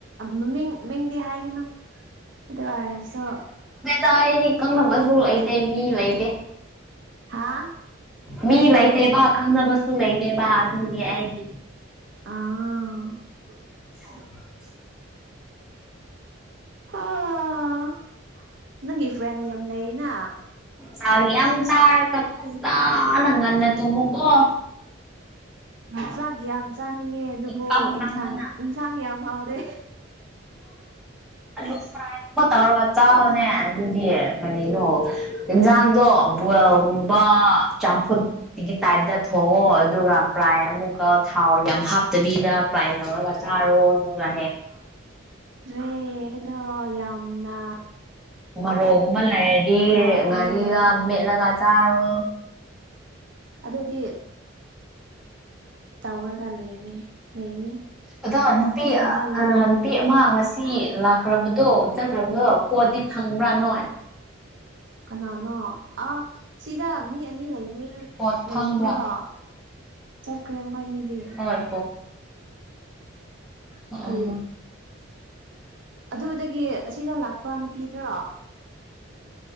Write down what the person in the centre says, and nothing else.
ꯇꯥꯏꯗꯤ ꯀꯪꯅꯕꯁꯨ ꯂꯩꯇꯦ ꯃꯤ ꯂꯩꯇꯦ
ꯃꯤ ꯂꯩꯇꯦ ꯕꯥ ꯈꯪꯅꯕꯁꯨ ꯂꯩꯇꯦꯕ ꯑꯗꯨꯗꯤ ꯍꯥꯏꯗꯤ
<unintelligible> <inaudible>
ꯆ ꯌꯥꯝ ꯆꯥ ꯀ ꯐꯖꯥ ꯅꯪ ꯉꯟꯟꯅ ꯇꯨ ꯃꯨꯀꯣ
ꯏꯀꯪ ꯀꯪꯗꯅ
ꯑꯂꯨ ꯐ꯭ꯔꯥꯏꯒꯨꯝꯕ ꯇꯧꯔꯒ ꯆꯥꯎꯅꯦ ꯑꯗꯨꯗꯤ ꯀꯔꯤꯅꯣ ꯏꯟꯖꯥꯡꯗꯣ ꯕꯜꯒꯨꯝꯕ ꯆꯥꯝꯐꯨꯠ ꯇꯒꯤ ꯇꯥꯏꯞꯇ ꯊꯣꯡꯉꯣ ꯑꯗꯨꯒ ꯐ꯭ꯔꯥꯏ ꯑꯃꯨꯛꯀ ꯊꯥꯎ ꯌꯥꯝ ꯍꯥꯞꯇꯕꯤꯗ ꯐ꯭ꯔꯥꯏ ꯇꯧꯔꯒ ꯆꯥꯔꯣ ꯑꯗꯨꯍꯦ
ꯃꯔꯣꯛꯒꯨꯝꯕ ꯂꯩꯔꯗꯤ
ꯉꯘꯥꯔꯤꯒ ꯃꯦꯠꯂꯒ ꯆꯥꯔꯣ
ꯑꯗꯣ ꯅꯨꯄꯤ
ꯑ
ꯅꯨꯄꯤ ꯑꯃ ꯉꯁꯤ ꯁꯤ ꯂꯥꯛꯈ꯭ꯔꯕꯗꯣ ꯆꯠꯈ꯭ꯔꯕꯗꯣ ꯄꯣꯠꯗꯤ ꯐꯪꯕ꯭ꯔꯥ ꯅꯣꯏ
ꯄꯣꯠ
ꯐꯪꯕ꯭ꯔꯥ
ꯍꯣꯏ ꯑꯥ